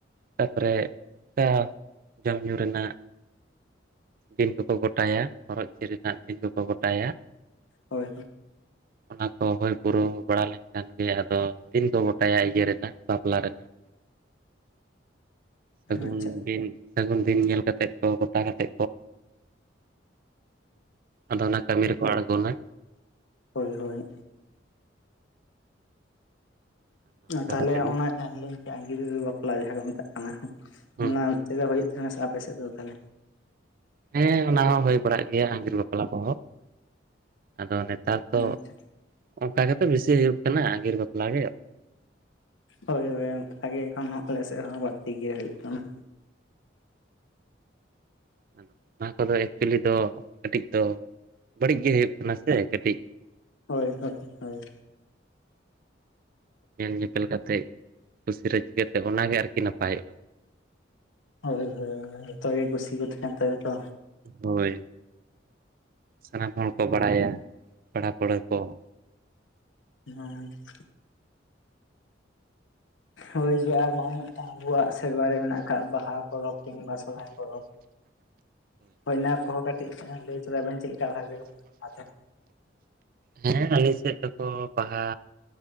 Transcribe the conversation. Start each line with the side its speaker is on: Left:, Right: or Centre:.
Right: ᱛᱟᱨᱯᱚᱨᱮ ᱚᱱᱠᱟ ᱡᱚᱢ ᱧᱩ ᱨᱮᱱᱟᱜ ᱫᱤᱱ ᱠᱚᱠᱚ ᱜᱚᱴᱟᱭᱟ ᱦᱚᱨᱚᱜ ᱪᱤᱨ ᱨᱮᱱᱟᱜ ᱫᱤᱱ ᱠᱚᱠᱚ ᱜᱚᱴᱟ ᱟᱭᱟ
Left: ᱦᱳᱭ
Right: ᱚᱱᱟ ᱠᱚ ᱦᱩᱭ ᱯᱩᱨᱟᱹᱣ ᱵᱟᱲᱟ ᱞᱮᱱᱠᱷᱟᱱ ᱜᱮ ᱟᱫᱚ ᱫᱤᱱ ᱠᱚ ᱜᱚᱴᱟᱭᱟ ᱤᱭᱟᱹ ᱨᱮᱱᱟᱜ ᱵᱟᱯᱞᱟ ᱨᱮᱱᱟᱜ᱾
Left: <inaudible>
Right: ᱥᱟᱹᱜᱩᱱ
Left: ᱟᱪᱪᱷᱟ
Right: ᱫᱤᱱ ᱥᱟᱹᱜᱩᱱ ᱫᱤᱱ ᱧᱮᱞ ᱠᱟᱛᱮ ᱠᱚ ᱜᱚᱴᱟ ᱠᱟᱛᱮ ᱟᱫᱚ ᱚᱱᱟ ᱠᱟᱹᱢᱤ ᱨᱮᱠᱚ ᱟᱬᱜᱚᱱᱟ
Left: ᱦᱳᱭ ᱦᱳᱭ
Right: ᱟᱫᱚ ᱚᱱᱠᱟ
Left: ᱛᱟᱦᱚᱞᱮ
Right: ᱠᱟᱛᱮᱫ ᱜᱮ
Left: ᱚᱱᱟ ᱡᱟᱦᱟᱸ ᱤᱧ ᱞᱟᱹᱭ ᱠᱮᱫᱼᱟ ᱜᱤᱨᱟᱹ ᱵᱟᱯᱞᱟ ᱡᱟᱦᱟᱸ ᱠᱚ ᱢᱮᱛᱟᱜ ᱠᱟᱱᱟ
Right: ᱦᱩᱸ
Left: ᱚᱱᱟ <unintelligible> ᱦᱩᱭᱩᱜ ᱦᱮᱸ ᱥᱮ ᱟᱯᱮ ᱥᱮᱫ ᱫᱚ ᱛᱟᱦᱚᱞᱮ
Right: ᱦᱮᱸ ᱚᱱᱟ ᱦᱚᱸ ᱦᱩᱭ ᱵᱟᱲᱟᱜ ᱜᱮᱭᱟ ᱟᱹᱝᱜᱤᱨ ᱵᱟᱯᱞᱟ ᱠᱚᱦᱚᱸ ᱟᱫᱚ ᱱᱮᱛᱟᱨ ᱫᱚ
Left: ᱟᱪᱪᱷᱟ
Right: ᱚᱱᱠᱟ ᱜᱮᱛᱚ ᱵᱮᱥᱤ ᱦᱩᱭᱩᱜ ᱠᱟᱱᱟ ᱟᱹᱝᱜᱤᱨ ᱵᱟᱯᱞᱟ ᱜᱮ᱾
Left: ᱦᱳᱭ ᱦᱳᱭ ᱚᱱᱠᱟ ᱜᱮ ᱮᱠᱷᱚᱱ ᱦᱚᱸ ᱟᱞᱮ ᱥᱮᱫ ᱦᱚᱸ ᱵᱟᱹᱲᱛᱤ ᱜᱮ ᱦᱩᱭᱩᱜ ᱠᱟᱱᱟ᱾
Right: <unintelligible> ᱚᱱᱟ ᱠᱚᱫᱚ ᱮᱠᱪᱩᱞᱤ ᱫᱚ ᱠᱟᱹᱴᱤᱡ ᱫᱚ ᱵᱟᱹᱲᱤᱡ ᱜᱮ ᱦᱩᱭᱩᱜ ᱠᱟᱱᱟ ᱥᱮ ᱠᱟᱹᱴᱤᱡ
Left: ᱦᱳᱭ ᱦᱳᱭ ᱦᱳᱭ
Right: ᱧᱮᱞ ᱧᱮᱯᱮᱞ ᱠᱟᱛᱮᱜ ᱠᱩᱥᱤ ᱨᱟᱹᱡᱤ ᱠᱟᱛᱮᱜ ᱚᱱᱟᱜᱮ ᱟᱨᱠᱤ ᱱᱟᱯᱟᱭᱚᱜᱼᱟ᱾
Left: ᱦᱳᱭ ᱦᱳᱭ ᱡᱚᱛᱚ ᱜᱮ ᱠᱩᱥᱤ ᱠᱚ ᱛᱟᱦᱮᱸᱱ ᱛᱚᱵᱮ ᱛᱚ᱾
Right: ᱦᱳᱭ ᱥᱟᱱᱟᱢ ᱦᱚᱲ ᱠᱚ ᱵᱟᱲᱟᱭᱟ ᱯᱮᱲᱟ ᱯᱟᱲᱦᱟᱹ ᱠᱚ
Left: <unintelligible> ᱦᱳᱭ ᱡᱮ ᱟᱨ ᱱᱚᱜᱼᱚᱭ ᱢᱤᱫᱴᱟᱝ ᱟᱵᱚᱣᱟᱜ ᱥᱮᱨᱣᱟ ᱨᱮ ᱢᱮᱱᱟᱜ ᱟᱠᱟᱫ ᱵᱟᱦᱟ ᱯᱚᱨᱚᱵᱽ ᱠᱤᱝᱵᱟ ᱥᱚᱨᱦᱟᱭ ᱯᱚᱨᱚᱵᱽ ᱦᱳᱭ ᱚᱱᱟ ᱠᱚᱦᱚᱸ ᱠᱟᱹᱴᱤᱡ ᱞᱟᱹᱭ ᱛᱚᱨᱟᱭ ᱵᱮᱱ ᱪᱮᱫ ᱞᱮᱠᱟ ᱵᱷᱟᱜᱮ <unintelligible>
Right: ᱦᱮᱸ ᱟᱞᱮ ᱥᱮᱫ ᱫᱚᱠᱚ ᱵᱟᱦᱟ